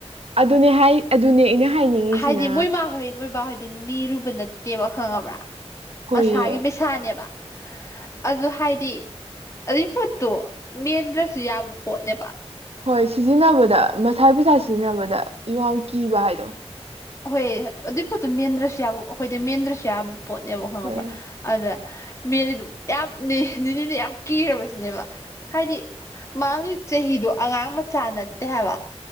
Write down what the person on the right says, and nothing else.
ꯑꯗꯨꯅꯦ ꯍꯥꯏ ꯑꯗꯨꯅꯦ ꯑꯩꯅ ꯍꯥꯏꯅꯤꯡꯉꯤꯁꯤꯅ
ꯍꯣꯏꯌꯦ
ꯍꯣꯏ ꯁꯤꯖꯤꯟꯅꯕꯗ ꯃꯁꯥꯏ ꯄꯩꯁꯥ ꯁꯤꯖꯤꯟꯅꯕꯗ ꯌꯣꯡ ꯀꯤꯕ ꯍꯥꯏꯗꯣ
ꯍꯣꯏ